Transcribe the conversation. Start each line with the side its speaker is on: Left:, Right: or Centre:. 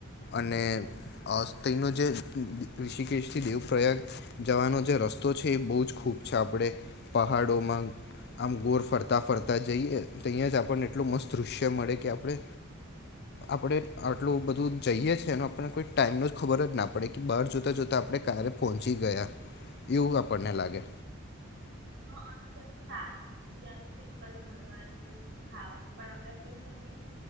Left: અને તેનો જે ઋષિકેશથી દેવ પ્ર્રયાગ જવાનો જે રસ્તો છે એ બહુ જ ખૂબ છે આપણે પહાડોમાં આમ ગોળ ફરતા ફરતા ફરતા જઈએ તહીંયા જ આપણને એટલું મસ્ત દૃશ્ય મળે કે આપણે આપણે આટલું બધું જઈએ છીએ અને આપણને કોઈ ટાઈમનો જ ખબર જ ના પડે કે બહાર જોતા જોતા આપણે ક્યારે પહોંચી ગયા એવું આપણને લાગે.
Right: હ અને તે્યાનું સ્વાદ ત્યાંનું સિમ્પલ ઘરવાળીનું ખાવાનું પણ આપણે ખાઈ શકીએ છે